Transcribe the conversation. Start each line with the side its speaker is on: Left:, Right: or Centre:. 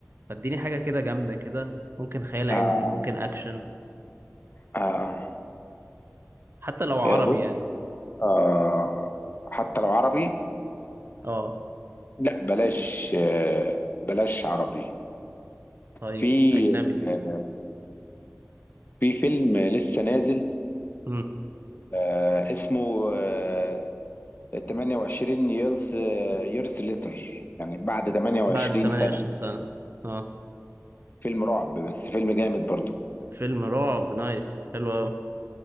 Right: فاديني حاجة كده جامدة كده ممكن خيال علمي
Left: آه،
Right: ممكن اكشن
Left: آه،
Right: حتى لو عربي
Left: آه، بص
Right: يعني
Left: آه، حتى لو عربي
Right: اه
Left: لا بلاش آه، بلاش عربي
Right: طيب
Left: في
Right: اجنبي
Left: آه، في فيلم لسه نازل
Right: امم
Left: آه، اسمه آه، 28 يرس يرس ليتر يعني بعد 28
Right: بعد 28
Left: سنة
Right: سنة اه
Left: فيلم رعب بس فيلم جامد برضو
Right: فيلم رعب نايس حلو قوي